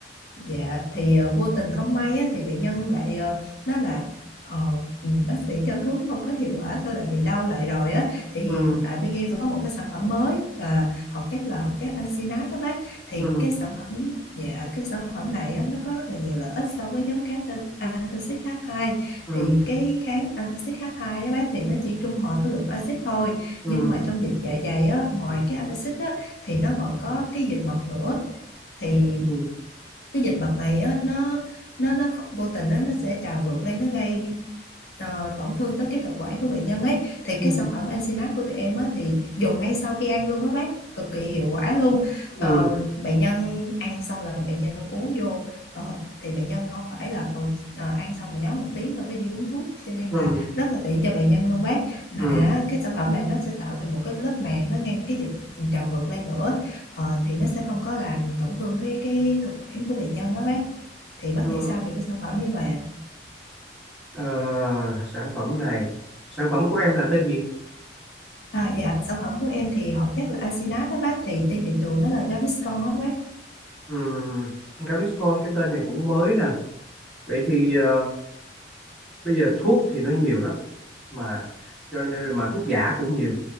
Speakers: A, on the left (about 60°); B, in the centre.
A: dạ thì ờ, vô tình không may á, thì bệnh nhân lại ờ, nói là ờ, ừ, bác sĩ cho thuốc không có hiệu quả tôi lại bị đau lại rồi á thì hiện
B: ừ
A: tại bên em có một cái sản phẩm mới là hoạt chất là hoạt chất Ansinat đó bác thì
B: ừ
A: cái sản phẩm dạ cái sản phẩm này á, nó có rất là nhiều lợi ích so với nhóm kháng tơ- antacid H2
B: ừ
A: thì cái kháng antacid H2 á bác thì nó chỉ trung hòa cái lượng axit thôi
B: ừ
A: nhưng mà trong dịch dạ dày á ngoài cái axit á thì nó còn có cái dịch mật nữa thì
B: ừ
A: cái dịch bệnh này á nó nó nó không- vô tình nó nó sẽ trào ngược lên nó gây ờ, tổn thương tới cái thực quản của bệnh nhân ấy thì
B: ừ
A: cái sản phẩm Ensinat của tụi em á thì dùng ngay sau khi ăn luôn á bác cực kỳ hiệu quả luôn
B: ừ
A: Ờ, bệnh nhân ăn xong là bệnh nhân uống vô ờ, thì bệnh nhân không phải là ừ, ờ, ăn xong mà nhớ một tiếng tôi phải đi uống thuốc cho nên
B: ừ
A: là rất là tiện cho bệnh nhân luôn bác mà
B: ừ ừ
A: cái sản phẩm này nó sẽ tạo thành một cái lớp màng nó ngăn cái dịch trào ngược lên nữa ờ, thì nó sẽ không có làm tổn thương cái cái thực quản của bệnh nhân đó bác thì bác
B: ừ.
A: nghĩ sao về cái sản phẩm như vậy ạ
B: Ờ, sản phẩm này sản phẩm của em là tên gì
A: à? dạ sản phẩm của em thì họ chắc là Ansinat đó bác thì trên thị trường nó là Gaviscon đó bác
B: Ừm, Gaviscon cái tên này cũng mới nè vậy thì ờ, bây giờ thuốc thì nó nhiều lắm mà cho nên là mà thuốc giả cũng nhiều